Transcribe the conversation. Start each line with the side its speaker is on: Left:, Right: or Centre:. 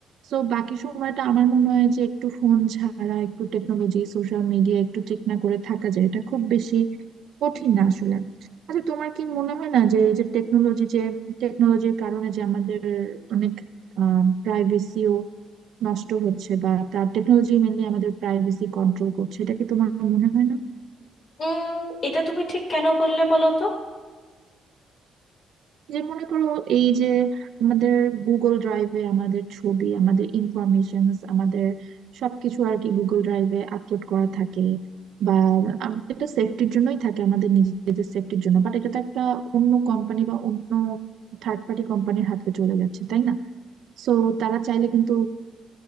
Right: তো বাকি সময়টা আমার মনে হয় যে একটু ফোন ছাড়া একটু টেকনোলজি সোশ্যাল মিডিয়া একটু চেক না করে থাকা যায় এটা খুব বেশি কঠিন না আসলে আচ্ছা তোমার কি মনে হয় না যে এই যে টেকনোলজি যে টেকনোলজির কারণে যে আমাদের অনেক প্রাইভেসিও নষ্ট হচ্ছে বা তার টেকনোলজি মেনলি আমাদের প্রাইভেসি কন্ট্রোল করছে এটা কি তোমার মনে হয় না
Left: উম এটা তুমি ঠিক কেন বললে বলো তো
Right: যে মনে করো এই যে আমাদের গুগল ড্রাইভে আমাদের ছবি আমাদের ইনফরমেশন আমাদের সবকিছু আর কি গুগল ড্রাইভে আপলোড করা থাকে বা আম- এটা সেফটির জন্যই থাকে আমাদের নিজেদের সেফটির জন্য বাট এটা তো একটা অন্য কোম্পানি বা অন্য থার্ড পার্টি কোম্পানির হাতে চলে যাচ্ছে তাই না সো তারা চাইলে কিন্তু